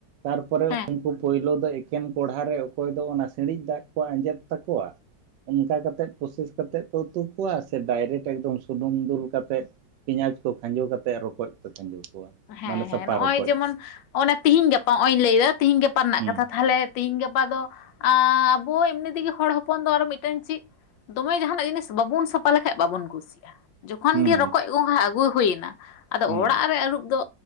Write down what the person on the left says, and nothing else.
ᱦᱮᱸ
<inaudible>
ᱦᱮᱸ
ᱦᱮᱸ
ᱱᱚᱜᱼᱚᱭ
ᱡᱮᱢᱚᱱ ᱚᱱᱮ ᱛᱮᱦᱤᱧ ᱜᱟᱯᱟ ᱱᱚᱜᱼᱚᱭᱧ ᱞᱟᱹᱭ ᱫᱟ ᱛᱤᱦᱤᱧ ᱜᱟᱯᱟ ᱨᱮᱱᱟᱜ
ᱠᱟᱛᱷᱟ ᱛᱷᱟᱞᱮ ᱛᱮᱦᱤᱧ ᱜᱟᱯᱟ ᱫᱚ ᱟᱵᱚ ᱮᱢᱱᱤ ᱛᱮᱜᱮ ᱦᱚᱲ ᱦᱚᱯᱚᱱ ᱫᱚ ᱟᱨᱚ ᱢᱤᱫᱴᱮᱱ ᱪᱮᱫ ᱫᱚᱢᱮ ᱡᱟᱦᱟᱱᱟᱜ ᱡᱤᱱᱤᱥ ᱵᱟᱵᱚᱱ ᱥᱟᱯᱷᱟ ᱞᱮᱠᱷᱟᱡ ᱵᱟᱵᱚᱱ ᱠᱩᱥᱤᱜᱼᱟ᱾ ᱡᱚᱠᱷᱚᱱ
ᱜᱮ ᱨᱚᱠᱚᱡ ᱜᱚᱸᱜᱷᱟ ᱟᱹᱜᱩ ᱦᱩᱭ ᱮᱱᱟ ᱟᱫᱚ
ᱚᱲᱟᱜ ᱨᱮ ᱟᱹᱨᱩᱵ ᱫᱚ